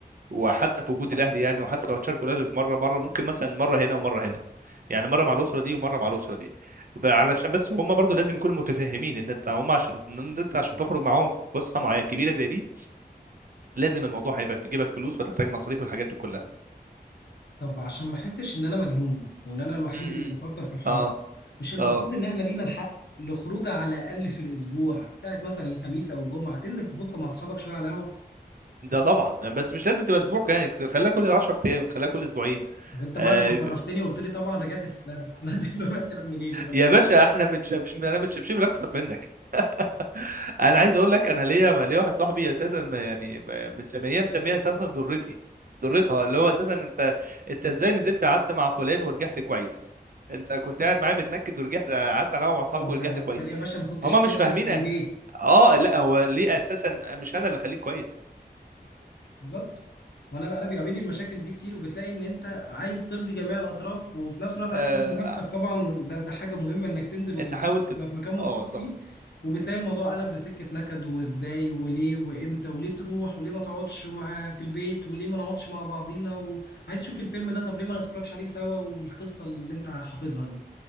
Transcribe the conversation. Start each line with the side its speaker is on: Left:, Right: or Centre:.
Right: وحتى في وجود الاهل يعني وحتى لو هتشاركوا الاهل في مره مره ممكن مثلا مره هنا ومره هنا يعني مره مع الاسره دي ومره مع الاسره دي ب- علشان بس هم برضو لازم يكونوا متفهمين ان انت هم عشان ان انت عشان تخرج معاهم في فسحه معينه كبيره زي دي لازم الموضوع هيبقى في جيبك فلوس وتحتاج مصاريف والحاجات دي كلها
Left: طب عشان ما احسش ان انا مجنون وان انا الوحيد
Right: امم
Left: اللي بفكر في الحوار
Right: اه
Left: ده مش المفروض
Right: اه
Left: ان احنا لينا الحق لخروجه على الاقل في الاسبوع بتاعت مثلا الخميس او الجمعه تنزل تفك مع اصحابك شويه على قهوه
Right: ده طبعا بس مش لازم تبقى اسبوع يعني خليها كل 10 ايام خليها كل اسبوعين
Left: طب انت بعد
Right: آه
Left: ما فرحتني وقلت لي طبعا رجعت في كلامك <laughs> لا دلوقتي اعمل ايه دلوقتي
Right: يا باشا احنا متشبش انا متشبشب اكتر منك <laughs> انا عايز اقول لك انا ليا ليا واحد صاحبي اساسا يعني ب- مسميه مسميها اساسا ضرتي ضرتها اللي هو اساسا انت انت ازاي نزلت قعدت مع فلان ورجعت كويس انت كنت قاعد معايا متنكد ورجعت قعدت على القهوة مع اصحابك
Left: طبعا انت
Right: ورجعت
Left: انت
Right: كويس
Left: ليه يا باشا ما كنتش
Right: هما مش
Left: كويس
Right: فاهمين
Left: وانت في البيت
Right: أ- اه لا هو ليه اساسا مش انا اللي خليك كويس
Left: بالظبط وانا بقى انا بيقابلني المشاكل دي كتير وبتلاقي ان انت عايز ترضي جميع الاطراف وفي نفس الوقت
Right: آه
Left: عايز ترضي نفسك طبعا ده ده حاجه مهمه انك تنزل وتتبسط
Right: انت حاولت
Left: تبقى في مكان مبسوط
Right: اه طبعا
Left: فيه وبتلاقي الموضوع قلب لسكه نكد وازاي وليه وامتى وليه تروح وليه ما تقعدش مع في البيت وليه ما نقعدش مع بعضينا وعايز تشوف الفيلم ده طب ليه ما نتفرجش عليه سوا والقصه اللي انت حافظها دي